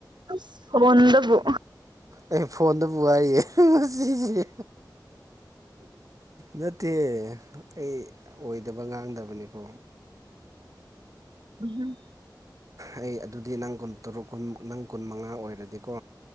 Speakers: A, on the right (about 75°); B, on the right (about 45°).
A: ꯑꯁ ꯐꯣꯟꯗꯕꯨ
B: ꯑꯩ ꯐꯣꯟꯗꯕꯨ ꯍꯥꯏꯔꯤꯑꯦ ꯃꯁꯤꯗꯤ ꯅꯠꯇꯦ ꯑꯩ ꯑꯣꯏꯗꯕ ꯉꯥꯡꯗꯕꯅꯤꯀꯣ
A: ꯎꯝꯍꯨꯝ
B: ꯑꯩ ꯑꯗꯨꯗꯤ ꯅꯪ ꯀꯨꯟ ꯇꯔꯨꯛ ꯀꯨꯟ ꯅꯪ ꯀꯨꯟ ꯃꯉꯥ ꯑꯣꯏꯔꯗꯤꯀꯣ